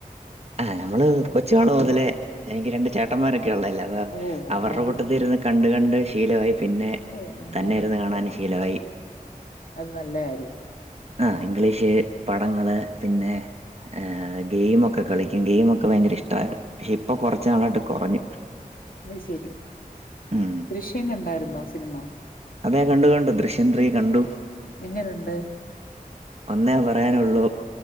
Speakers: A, on the right; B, on the left.
A: ആഹ് നമ്മള് കൊച്ചുനാള് മൊതലേ എനിക്ക് രണ്ട ചേട്ടന്മാരൊക്കെ ഉള്ളതല്ലേ, അപ്പൊ
B: ഓ
A: അവർടെ
B: അതുകൊണ്ട്
A: കൂട്ടത്തി ഇരുന്ന് കണ്ട കണ്ട് ശീലവായി പിന്നെ
B: ഓ അങ്ങനെ
A: തന്നെ ഇരുന്ന് കാണാന് ശീലവായി.
B: അത് നല്ല കാര്യം
A: ആഹ് ഇംഗ്ലീഷ് പടങ്ങള് പിന്നെ ഏഹ് ഗെയിമൊക്കെ കളിക്കും ഗെയിമൊക്കെ ഭയങ്കര ഇഷ്ടായി പക്ഷെ ഇപ്പൊ കൊറച്ച് നാളായിട്ട് കൊറഞ്ഞ്
B: അയ് ശെരി
A: ഉം
B: ദൃശ്യം കണ്ടായിര്ന്നോ സിനിമ?
A: അതെ കണ്ടു കണ്ടു ദൃശ്യം ത്രീ കണ്ടു.
B: എങ്ങനുണ്ട്
A: ഒന്നേ പറയാനൊള്ളൂ